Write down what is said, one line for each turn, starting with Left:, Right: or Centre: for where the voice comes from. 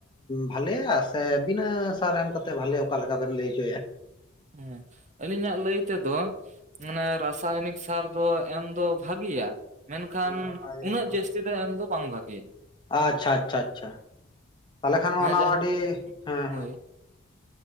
Left: ᱵᱷᱟᱞᱮᱭᱟ ᱥᱮ ᱵᱤᱱᱟᱹ ᱥᱟᱨ ᱮᱢ ᱠᱟᱛᱮ ᱵᱷᱟᱞᱮ ᱚᱠᱟᱞᱮᱠᱟ ᱵᱮᱱ ᱞᱟᱹᱭ ᱦᱚᱪᱚᱭᱮᱫᱼᱟ?
Right: ᱦᱩᱸ ᱟᱹᱞᱤᱧᱟᱜ ᱞᱟᱹᱭ ᱛᱮᱫᱚ ᱢᱟᱱᱮ ᱨᱟᱥᱟᱭᱚᱱᱤᱠ ᱥᱟᱨ ᱫᱚ ᱮᱢ ᱫᱚ ᱵᱷᱟᱜᱤᱭᱟ, ᱢᱮᱱᱠᱷᱟᱱ
Left: ᱦᱚᱪᱚᱭᱮᱫᱼᱟ
Right: ᱩᱱᱟᱹᱜ ᱡᱟᱹᱥᱛᱤ ᱫᱚ ᱮᱢ ᱫᱚ ᱵᱟᱝ ᱵᱷᱟᱜᱮᱭᱟ᱾
Left: ᱟᱪᱪᱷᱟ ᱟᱪᱪᱷᱟ ᱟᱪᱪᱷᱟ ᱛᱟᱦᱞᱮ ᱠᱷᱟᱱ
Right: ᱦᱮᱸ
Left: ᱚᱱᱟ
Right: ᱡᱟᱦᱟᱸ
Left: ᱟᱹᱰᱤ ᱦᱮᱸ
Right: ᱦᱳᱭ
Left: ᱦᱮᱸ᱾